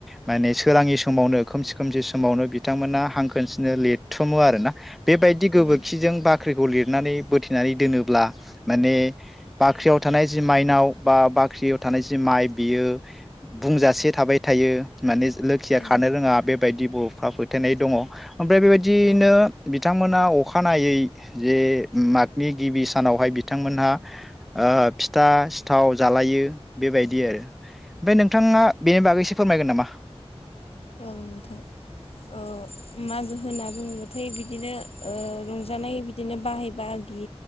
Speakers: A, in the centre; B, on the left.
A: माने सोरांनि समावनो खोमसि खोमसि समावनो बिथांमोना हांखोनसिनो लिरथुमो आरोना बेबायदि
B: औ
A: गोबोरखिजों बाख्रिखौ लिर नानै बोथेनानै दोनोब्ला माने बाख्रियाव थानाय जि माइनाव बा बाख्रियाव थानाय जि माइ बियो बुंजासे थाबाय थायो लोखिया
B: औ
A: खानो रोङा बेबायदिबो बा फोथायनाय दङ। ओमफ्राय बेबायदियैनो
B: औ
A: बिथांमोना अ अखानायै जे मागनि गिबि सानावहाय बिथांमोनहा ओ फिथा सिथाव जालायो बेबायदि आरो। ओमफ्राय नोंथाङा बेनि बागै सो फोरमायगोन नामा
B: औ नोंथां ओ मागो होनना बुङोबाथाय बिदिनो ओ रंजानाय बिदिनो बाहाय बागि